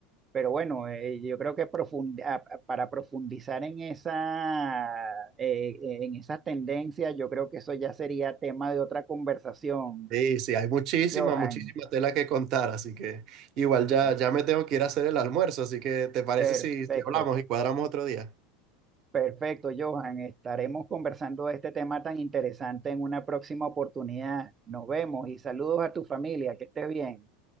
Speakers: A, on the right (about 25°); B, on the right (about 50°).
A: Pero bueno, eh, yo creo que profundi- a- a- para profundizar en esa, eh, eh, en esa tendencia, yo creo que eso ya sería tema de otra conversación,
B: Sí, sí, hay muchísima,
A: Johan.
B: muchísima tela que contar, así que igual ya,
A: Sí.
B: ya me tengo que ir a hacer el almuerzo, así que ¿te parece
A: Perfecto,
B: si, si hablamos y cuadramos otro día?
A: perfecto, Johan. Estaremos conversando de este tema tan interesante en una próxima oportunidad. Nos vemos y saludos a tu familia. Que estés bien.